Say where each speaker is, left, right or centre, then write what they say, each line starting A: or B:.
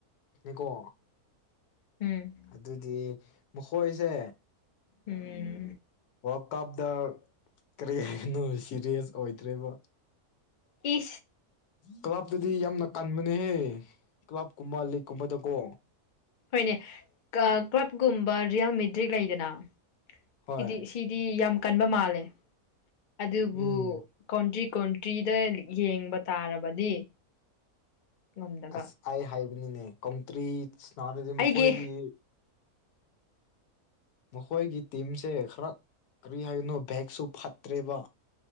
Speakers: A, on the left (about 85°); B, on the left (about 45°).
A: ꯅꯀꯣ
B: ꯎꯝ
A: ꯑꯗꯨꯗꯤ ꯃꯈꯣꯏꯁꯦ
B: ꯎꯝ
A: ꯋꯥꯔꯜ ꯀꯞꯇ ꯀꯔꯤ ꯍꯥꯏꯅꯣ ꯁꯤꯦꯔꯤꯌꯁ ꯑꯣꯏꯗ꯭ꯔꯦꯕ
B: ꯏ
A: ꯀ꯭ꯂꯕꯇꯗꯤ ꯌꯥꯝꯅ ꯀꯟꯕꯅꯦꯍꯦ ꯀ꯭ꯂꯕꯀꯨꯝꯕ ꯂꯤꯛꯀꯨꯝꯕꯗꯀꯣ
B: ꯍꯣꯏꯅꯦ ꯀ꯭ꯂꯕꯀꯨꯝꯕ ꯔꯤꯌꯦꯜ ꯃꯦꯗ꯭ꯔꯤꯛ ꯂꯩꯗꯅ
A: ꯍꯣꯏ
B: ꯁꯤꯗꯤ ꯁꯤꯗꯤ ꯌꯥꯝ ꯀꯟꯕ ꯃꯥꯜꯂꯦ ꯑꯗꯨꯕꯨ
A: ꯎꯝ
B: ꯀꯣꯟꯇ꯭ꯔꯤ ꯀꯣꯟꯇ꯭ꯔꯤꯗ ꯌꯦꯡꯕ ꯇꯥꯔꯕꯗꯤ ꯉꯝꯗꯕ
A: ꯑꯁ ꯑꯩ ꯍꯥꯏꯕꯅꯤꯅꯦ ꯀꯥꯎꯇ꯭ꯔꯤꯅꯥꯔꯗꯤ
B: ꯑꯩꯒꯤ
A: ꯃꯈꯣꯏꯒꯤ ꯃꯈꯣꯏꯒꯤ ꯇꯤꯝꯁꯦ ꯈꯔ ꯀꯔꯤ ꯍꯥꯏꯒꯅꯣ ꯕꯦꯛꯁꯨ ꯐꯠꯇ꯭ꯔꯦꯕ